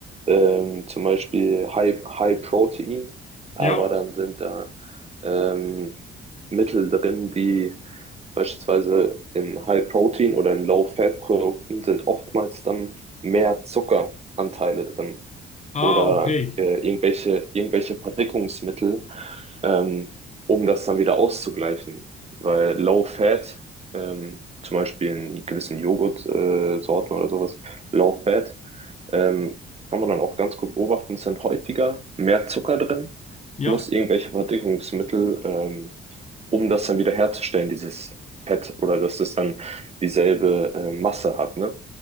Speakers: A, on the right; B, on the left.
A: ähm, zum Beispiel High, High Protein, aber
B: ja.
A: dann sind da ähm, Mittel drin, die beispielsweise in High Protein oder in Low Fat Produkten sind oftmals dann mehr Zuckeranteile drin
B: Ah,
A: oder
B: okay.
A: äh, irgendwelche, irgendwelche Verdickungsmittel, ähm, um das dann wieder auszugleichen. Weil Low Fat, ähm, zum Beispiel in gewissen Joghurtsorten äh, Sorten oder sowas, Low Fat, ähm, kann man dann auch ganz gut beobachten, ist dann häufiger mehr Zucker drin,
B: Ja,
A: plus irgendwelche Verdickungsmittel, ähm, um das dann wieder herzustellen, dieses Fett, oder dass es dann dieselbe äh, Masse hat, ne?